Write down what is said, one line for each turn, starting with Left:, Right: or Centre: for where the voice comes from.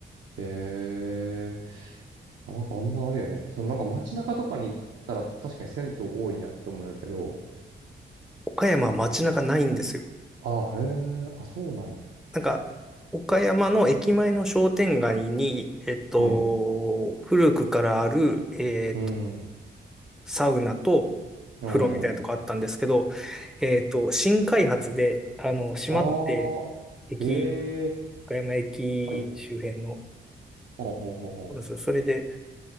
Right: へえ。あ、なんかあんまあれやね。そのなんか街中とかに行ったら確かに銭湯多いなって思うんやけど、
Centre: 岡山は街中ないんですよ。
Right: 結構。あ、へえ。あ、そうなんや。
Centre: なんか、岡山の駅前の商店街に、えっと、
Right: うん。
Centre: 古くからある、えっと、
Right: うん。
Centre: サウナと
Right: うん。
Centre: 風呂みたいなとこあったんですけど、
Right: うん。
Centre: えっと、新開発で、あの、閉まって、
Right: ああ。
Centre: 駅、
Right: へえ。
Centre: 岡山駅周辺の、
Right: はい。ほんほんほんほ
Centre: そうですそれで、